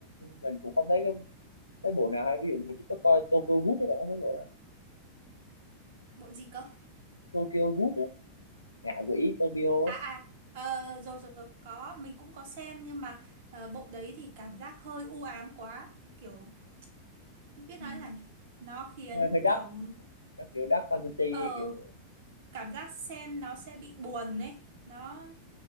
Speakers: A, on the left; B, on the right.
A: mình cũng không thấy cái, cái bộ nào hay ví dụ mình chỉ có coi Tokyo Ghoul đấy bạn có thấy bộ nào
B: bộ gì cơ?
A: Tokyo Ghoul đấy ngạ quỷ Tokyo
B: À
A: ấy
B: à, ờ, rồi rồi, rồi, có, mình cũng có xem nhưng mà ờ, bộ đấy thì cảm giác hơi u ám quá. Kiểu, biết
A: ừ.
B: nói là nhỉ? nó khiến
A: hơi hơi dark
B: kiểu,
A: nó kiểu dark fantasy
B: ờ,
A: kiểu
B: cảm giác xem nó sẽ bị buồn ấy. Nó,